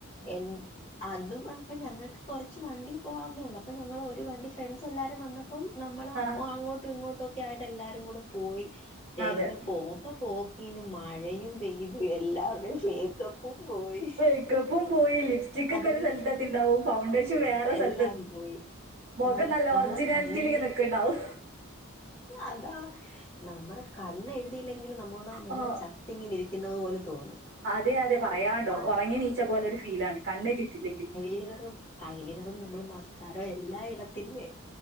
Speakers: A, on the left; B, on the right.
A: എൻ അതും അപ്പം ഞങ്ങക്ക് കൊർച്ച് വണ്ടി പോവാന്നുള്ളൂ അപ്പൊ ഞങ്ങള് ഒരു വണ്ടി ഫ്രണ്ട്സ് എല്ലാരും വന്ന അപ്പം നമ്മള
B: ആഹ്
A: അങ്ങോട്ടും ഇങ്ങോട്ടും ഒക്കെ ആയിട്ട് എല്ലാരും കൂടെ പോയി ദൈവമേ
B: അതെ
A: പോക പോക്കീന് മഴയും പെയ്തു എല്ലാവരുടെയും മേക്കപ്പും പോയി
B: പേക്കപ്പും പോയി ലിപ്സ്റ്റിക്ക്ക്കെ
A: അതൊരു
B: ഒരു സ്ഥൽത്തെത്തിണ്ടാവും ഫൗണ്ടേഷൻ വേറെ
A: എല്ലാം
B: സ്ഥലത്ത്
A: പോയി
B: മുഖം
A: ആ
B: നല്ല
A: നമ്മടെ
B: ഒറിജിനാലിറ്റിയിലേക്ക്
A: കണ്ണിൻ്റെ
B: നിൽക്കുന്നുണ്ടാവും
A: അതാ നമ്മടെ കണ്ണ് എഴുതിയില്ലെങ്കിലും നമ്മള് നമ്മ നമ്മള്
B: ഓ
A: ചത്തിങ്ങിനിരിക്കുന്നത് പോലെ തോന്നും
B: തെ അതെ പറയാൻണ്ടോ
A: ആഹ്
B: ഒറങ്ങി നീച്ച പോലരു ഫീലാണ് കണ്ണഴ്തിട്ടില്ലെങ്കിൽ
A: <unintelligible> അയലിനറും നമ്മൾ മസ്കാരോം എല്ലായിടത്തില്ലേ